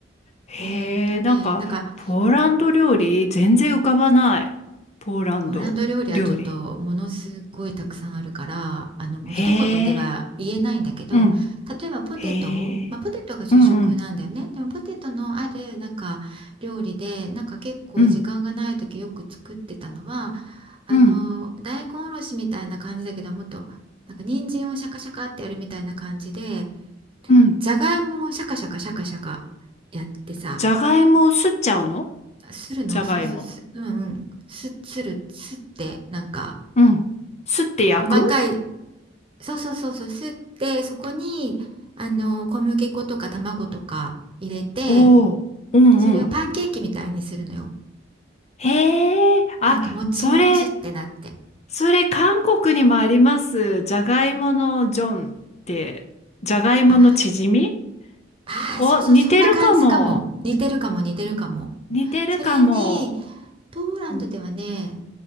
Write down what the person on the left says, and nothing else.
へえ、
なんかポーランド料理全然浮かばない。ポーランド料理。
へえ。うん。
へえ。
うんうん
うん
うん
うん
じゃがいもをすっちゃうの
じゃがいも。
うん。すって焼く
おおー、うんうん。
へえ、あ、
それ、それ韓国にもあります。じゃがいものジョンって、じゃがいものチヂミ
お、似てるかも。似てるかも。
うん、